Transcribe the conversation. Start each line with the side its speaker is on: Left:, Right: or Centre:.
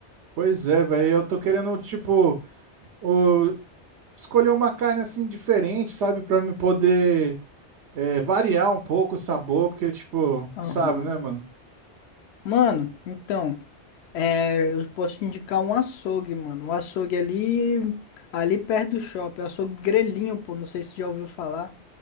Right: Pois é, velho, eu tô querendo, tipo, o- escolher uma carne assim diferente, sabe? Pra me poder é, variar um pouco o sabor, porque, tipo,
Left: Aham.
Right: sabe, né, mano?
Left: Mano, então, é, eu posso te indicar um açougue, mano. Um açougue ali, ali perto do shopping. Um açougue grelhinho, pô. Não sei se você já ouviu falar.